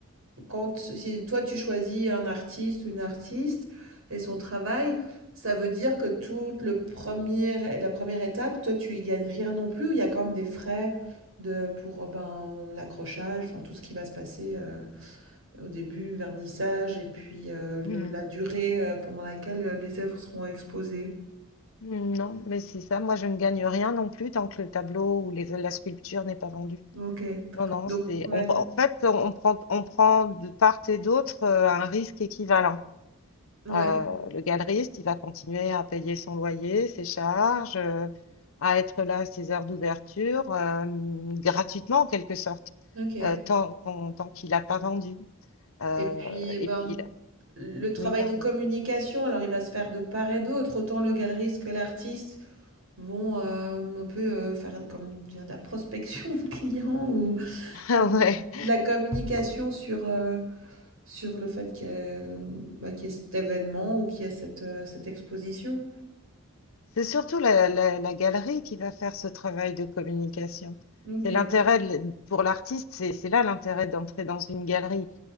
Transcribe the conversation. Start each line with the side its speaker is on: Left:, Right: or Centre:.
Right: Quand si toi tu choisis un artiste ou une artiste et son travail, ça veut dire que toute le premier, la première étape, toi tu y gagnes rien non plus, ou il y a quand même des frais de, pour ben, l'accrochage, enfin tout ce qui va se passer euh, au début, vernissage, et puis euh, le-
Left: Mhm.
Right: la durée euh, pendant laquelle euh, les œuvres seront exposées.
Left: Mm, Non, mais c'est ça. Moi, je ne gagne rien non plus tant que le tableau ou les- la sculpture n'est pas vendue.
Right: Ok.
Left: Non, non,
Right: Donc,
Left: c'est,
Right: ouais,
Left: on- en fait, on prend, on prend de part et d'autre euh, un risque équivalent.
Right: ouais,
Left: Euh, le galeriste, il va continuer à payer son loyer, ses charges, euh, à être là à ses heures d'ouverture, euh, gratuitement en quelque sorte,
Right: ok.
Left: euh, tant, qu'on- tant qu'il n'a pas vendu. Euh,
Right: Et puis, eh ben,
Left: et puis là,
Right: Le travail
Left: oui, pardon.
Right: de communication, alors il va se faire de part et d'autre. Autant le galeriste que l'artiste vont euh, un peu euh, faire comment dire, de la prospection de clients ou,
Left: <laughs> Ah
Right: ou de,
Left: Ouais.
Right: la, de la communication sur, euh, sur le fait qu'il y, ait, euh, bah, qu'il y ait cet événement ou qu'il y ait cette, euh, cette exposition.
Left: C'est surtout la, la- la galerie qui va faire ce travail de communication.
Right: Ok,
Left: C'est l'intérêt de- pour l'artiste, c'est c'est là l'intérêt d'entrer dans une galerie.